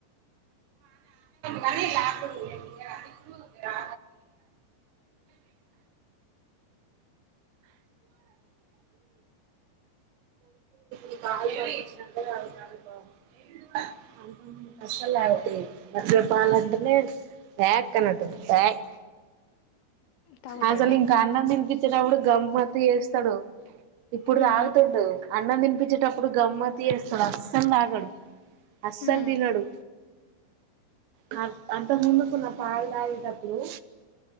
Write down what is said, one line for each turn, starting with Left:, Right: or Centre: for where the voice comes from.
Right: మళ్ళీ ల్యాబ్ ఎక్కడ నీకు గ్రా నీకు పాలు తగిపించినంకనే అవసరానికో అంతక ముందు అసలు తాగకపోయేది అసలు పాలంటేనే వ్యక్ అని అంటుంది వ్యక్
Left: తాగుతాండ
Right: అసలు ఇంకా
Left: ఇప్పుడు
Right: అన్నం తినిపించినప్పుడు గమ్మతు చేస్తాడు ఇప్పుడు
Left: ఉమ్
Right: తాగుతుండు అన్నం తినిపించేటప్పుడు గమ్మతి చేస్తాడు అస్సలు తాగడు అస్సలు
Left: ఉమ్
Right: తినడు కాదు అంత ముందుకు నా పాలు తాగేటప్పుడు